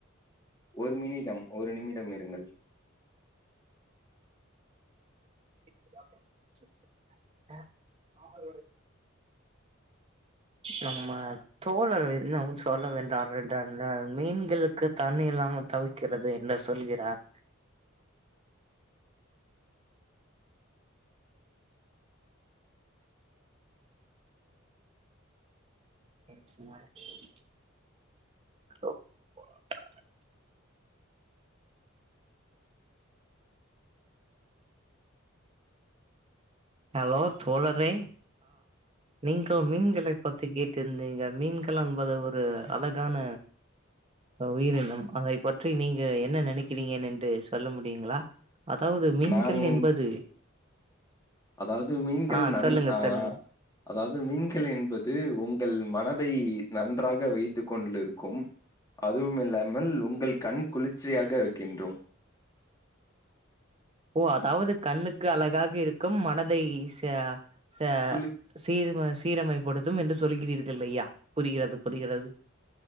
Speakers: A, on the left; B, on the right.
A: ஒரு மினிடம் ஒரு நிமிடம் இருங்கள்
B: <unintelligible> நம்ம தோழர் என்னவோ சொல்ல வென்றார் என்றால் <unintelligible> மீன்களுக்கு தண்ணி இல்லாம தவிக்கிறது என்று சொல்கிறார் <unintelligible> ஹலோ தோழரே நீங்கள் மீன்களை பத்தி கேட்டிருந்தீங்க மீன்கள் என்பது ஒரு அழகான உயிரினம் அதை பற்றி நீங்க என்ன நெனைக்கிறீங்க என்று சொல்ல முடியுங்களா அதாவது மீன்கள்
A: நான்
B: என்பது
A: அதாவது மீன்கள்
B: ஆ
A: நன்
B: சொல்லுங்க
A: அ
B: சொல்லுங்க
A: அதாவது மீன்கள் என்பது உங்கள் மன தை நன்றாக வைத்துக் கொண்டிருக்கும் அதுவும் இல்லாமல் உங்கள் கண் குளிர்ச்சியாக இருக்கின்றோம்
B: ஓ அதாவது கண்ணுக்கு அழகாக இருக்கும் மனதை ச ச
A: குளிர்
B: சீரும சீரமை படுத் <unintelligible> என்று சொல்கிறீர்கள் ஐயா புரிகிறது புரிகிறது